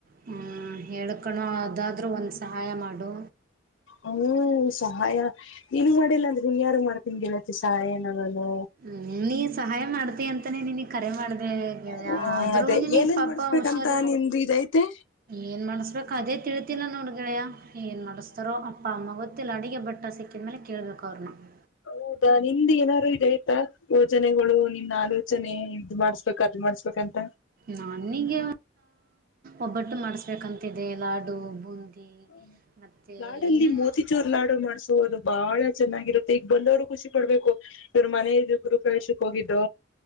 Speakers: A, on the right; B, on the left.
A: ಹ್ಮ ಹೇಳಕಣು ಅದಾದ್ರೂ ಒಂದ್ ಸಹಾಯ ಮಾಡು
B: ಹ್ಮ್ ಸಹಾಯ ನೀಏನು ಮಾಡಿಲ್ಲ ಅಂದ್ರೆ ಹನ್ ಯಾರು ಮಾಡ್ತನ್ಗೆಳತಿ ಸಹಾಯನ ನಾನು
A: ಹ್ಮ್ ನೀ ಸಹಾಯ ಮಾಡ್ತಿ ಅಂತಾನೇ ನಿನಗ್ ಕರೆ ಮಾಡ್ದ
B: ಹ್ಮ್
A: ಆದ್ರೂ
B: ಅದೇ
A: ನೀನ್
B: ಏನೇನ್
A: ಪಾಬ್ಬ
B: ಮಾಡಸ್ಬೇಕಂತ
A: ಹುಷಾರಿಲ್ಲ
B: ನಿಮ್ದು ಇದೈತೆ
A: ಏನ್ ಮಾಡಸ್ಬೇಕು ಅದೇ ತಿಳ ಗೊತ್ತಿಲ್ಲ ನೋಡುಗಳೆಯ ಏನು ನಡೆಸ್ತಾರೋ ಅಪ್ಪ ಅಮ್ಮ ಗೊತ್ತಿಲ್ಲ ಅಡುಗೆ ಬಟ್ಟ ಸಿಕ್ಕಿದ ಮೇಲೆ ಕೇಳ್ಬೇಕು ಅವ್ರನು ಹ
B: ಹೌದಾ ನಿಮ್ದ್ ಏನಾದಾರು ಇದೆ ಆಯ್ತಾ ಯೋಜನೆಗಳು ನಿನ್ ಆಲೋಚನೆ ಇದ್ ಮಾಡ್ಸ್ಬೇಕ ಅದ್ ಮಾಡ್ಸ್ಬೇಕಂತ
A: ನಾನಿಗೆ ಒಬ್ಬಟ್ಟು ಮಾಡಿಸಬೇಕಂತಿದೆ ಲಾಡು ಬೂಂದಿ
B: ಹ
A: ಮತ್ತು
B: ಲಾಡಲ್ಲಿ
A: ಏನೇನು
B: ಮೋತಿಚೋರ್ ಲಾಡು ಮಾಡ್ಸರು ಬಾಳ ಚೆನ್ನಾಗಿರುತ್ತೆ ಈಗ ಬಂದವ್ರು ಖುಷಿ ಪಡ್ಬೇಕು ಇವ್ರ ಮನೆ ಗರು ಪ್ರಯೇಶಕ್ ಹೋಗಿದ್ದ